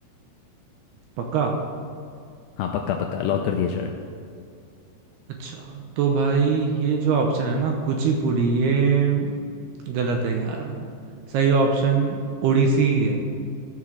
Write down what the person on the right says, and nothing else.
पक्का
अच्छा तो भाई ये जो ऑप्शन है ना कुचिपुड़ी ये गलत है यार सही ऑप्शन ओडिसी ही है